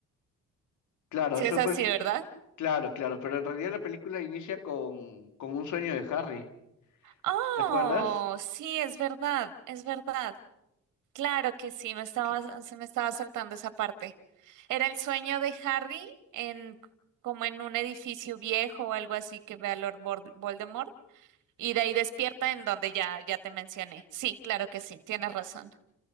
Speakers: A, on the left (about 75°); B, on the right (about 85°).
A: Claro,
B: Sí,
A: eso
B: es así,
A: fue. el-
B: ¿verdad?
A: Claro, claro. Pero en realidad la película inicia con, con un sueño de Harry.
B: Oh,
A: ¿Te acuerdas?
B: sí, es verdad, es verdad. Claro que sí, me estaba,
A: Que-
B: se me estaba saltando esa parte. Era el sueño de Harry en como en un edificio viejo o algo así que ve a Lord Vol- Voldemort. Y de ahí despierta en donde ya, ya te mencioné. Sí, claro que sí, tienes razón.